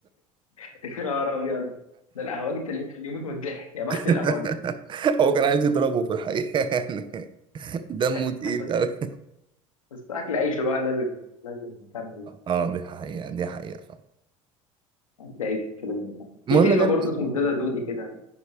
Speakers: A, on the left; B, on the right.
A: <laughs> يا نهار ابيض ده القهوجي تلاقيه كان يموت من الضحك يا بخت
B: <laughs>
A: القهوجي
B: هو كان عايز يضربه في الحقيقة يعني <laughs> دمه
A: <laughs> إحنا
B: تقيل
A: بس
B: أوي
A: بس اكل عيشه بقى لازم لازم نكمل
B: اه دي حقيقة دي حقيقة فعلا
A: تعيش في لازم مكان
B: المهم
A: في فيلم
B: نرجع
A: برضه اسمه الدادا دودي كده